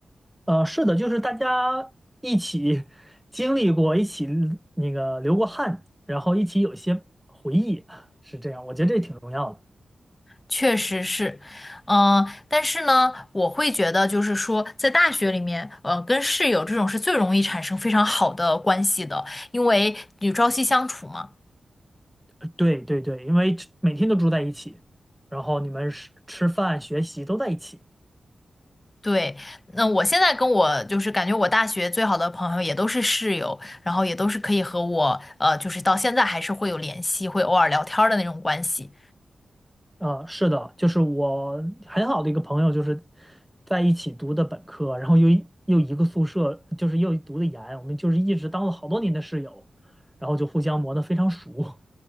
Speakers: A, in the centre; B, on the left.
A: 呃，是的，就是大家一起经历过，一起那个流过汗，然后一起有一些回忆，是这样，我觉得这挺重要的。
B: 确实是，嗯、但是呢，我会觉得就是说，在大学里面，呃，跟室友这种是最容易产生非常好的关系的，因为你朝夕相处嘛。
A: 呃对对对，因为每天都住在一起，然后你们吃吃饭、学习都在一起。
B: 对，那我现在跟我就是感觉我大学最好的朋友也都是室友，然后也都是可以和我呃，就是到现在还是会有联系，会偶尔聊天儿的那种关系。
A: 啊，是的，就是我很好的一个朋友，就是在一起读的本科，然后又一又一个宿舍，就是又读的研，我们就是一直当了好多年的室友，然后就互相磨得非常熟。